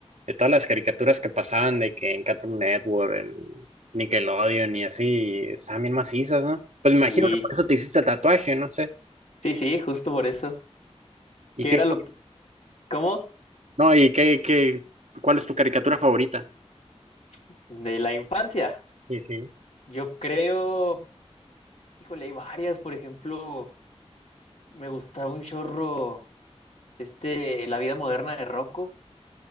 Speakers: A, on the right (about 80°); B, on the left (about 75°).
A: de todas las caricaturas que pasaban, de que en Cartoon Network, en Nickelodeon y así, y estaban bien macizas, ¿no? Pues me imagino
B: Sí,
A: que por eso te hiciste el tatuaje, no sé,
B: sí, sí, justo por eso.
A: y
B: ¿Qué
A: qué,
B: era lo que... ¿Cómo?
A: no, y qué, qué, ¿cuál es tu caricatura favorita?
B: De la infancia.
A: Sí, sí.
B: Yo creo... Híjole, hay varias. Por ejemplo, me gustaba un chorro, este, La vida moderna de Rocco.